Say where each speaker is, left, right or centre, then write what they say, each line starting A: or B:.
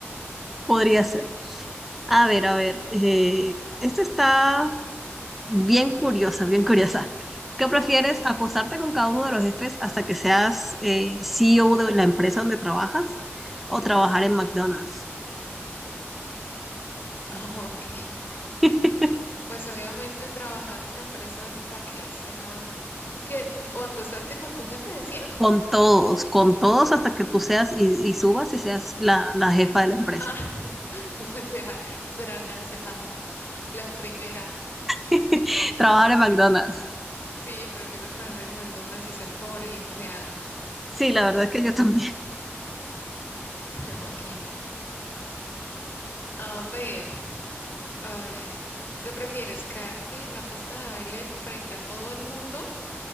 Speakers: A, in the centre; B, on the left.
A: Podría ser. A ver, a ver. eh, esta está Bien curiosa, bien curiosa. ¿Qué prefieres, acostarte con cada uno de los jefes hasta que seas eh, CEO de la empresa donde trabajas o
B: Ujú.
A: trabajar en McDonald's?
B: <laughs> Ah, Ok,
A: <laughs>
B: pues obviamente trabajar en la empresa hasta que sea que o acostarte con tu jefe, decía.
A: Con todos, con todos hasta que tú seas y, y subas y seas la, la jefa de la empresa.
B: Ah, <laughs> no, será, será cancelado. La primera.
A: <laughs> Trabajar en McDonald's.
B: Sí, prefiero trabajar en McDonald's y ser pobre y empleada.
A: Sí, la verdad es que yo también.
B: <laughs> Ok. A ver, a ver, ¿qué prefieres, caerte en la pista de baile frente a todo el mundo